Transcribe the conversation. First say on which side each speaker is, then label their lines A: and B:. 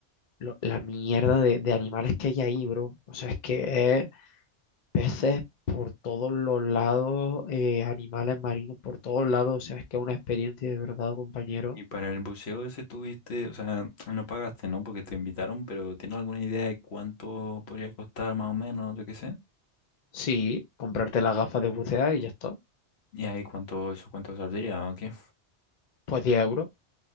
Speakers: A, on the left; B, on the left.
A: lo- la mierda de, de animales que hay ahí, bro. O sea, es que es peces por todos los lados, eh, animales marinos por todos lados, o sea, es que es una experiencia de verdad, compañero.
B: Y para el buceo ese tuviste, o sea, no pagaste, ¿no? Porque te invitaron, pero ¿tienes alguna idea de cuánto podría costar más o menos, yo qué sé?
A: Sí, comprarte las gafas de bucea y ya está.
B: Y ahí cuánto, eso cuánto saldría, ¿o qué?
A: Pues 10 euros.